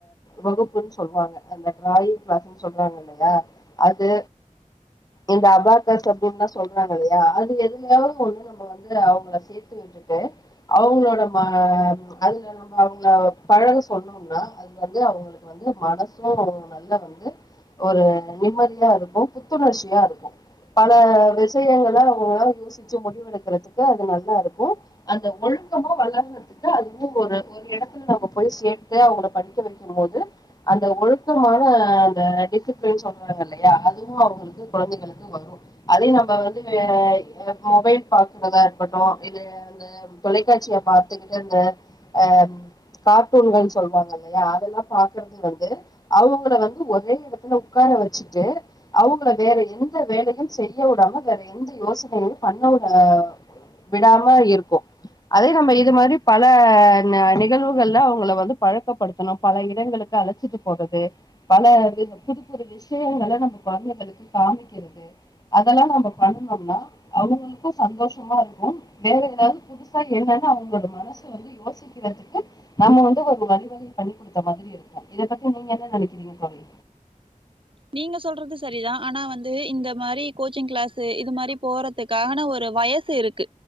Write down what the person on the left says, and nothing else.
வகுப்புன்னு சொல்லுவாங்க அந்த டிராயிங் கிளாஸ்ன்னு சொல்றாங்க இல்லையா அது இந்த அபாகஸ் அப்டின்லா சொல்றாங்க இல்லையா அது எதுலையாவது ஒன்னு வந்து நம்ம வந்து அவுங்கள சேத்து விட்டுட்டு அவுங்ளோட ம அதுல நம்ம அவுங்கள பழக சொன்னோம்னா அது வந்து அவுங்களுக்கு வந்து மனசும் நல்ல வந்து ஒரு நிம்மதியா இருக்கும் புத்துணர்ச்சியா இருக்கும் பல விஷயங்கள அவுங்களால யோசிச்சு முடிவெடுக்கறதுக்கு அது நல்லாருக்கும் அந்த ஒழுக்கமா வளர்றதுக்கு அதுவும் ஒரு ஒரு இடத்துல நம்ம போய் சேத்து அவுங்கள படிக்க வைக்கும் போது அந்த ஒழுக்கமான அந்த எக்கு பே சொல்றாங்கள் ல்லயா அந் இதுவும் அவுங்களுக்கு கொழந்தைகளுக்கு வரும் அதே நம்ம வந்து வே மொபைல் பாக்குறதா இருக்கட்டு இது அந்த தொலைக்காட்சிய பாத்துக்கிட்டு அந்த அஹ் கார்ட்டூன்கள்னு சொல்லுவாங்க இல்லையா அதெல்லாம் பாக்குறது வந்து அவுங்கள வந்து ஒரே இடத்துல உட்கார வச்சுட்டு அவுங்கள வேற எந்த வேலையும் செய்ய விடாம வேற எந்த யோசனையும் பண்ண விட விடாம இருக்கும் அதே நம்ம இது மாதிரி பல நிகழ்வுகள்ல அவுங்கள வந்து பழக்கப்படுத்தணும் பல இடங்களுக்கு அழைச்சிட்டு போறது பல வி புது புது விஷயங்கல நம்ம வர்ண படுத்தி காமிக்கிறது அதெல்லாம் நம்ம பண்ணுனம்னா அவுங்களுக்கும் சந்தோஷமா இருக்கும் வேற ஏதாவது புதுசா என்னன்னு அவுங்களோட மனசு வந்து யோசிக்கிறதுக்கு நம்ம வந்து ஒரு ஒரு வழிவகை பண்ணி குடுத்த மாதிரி இருக்கும் இதப் பத்தி நீங்க என்ன நெனைக்கிறீங்க தோழி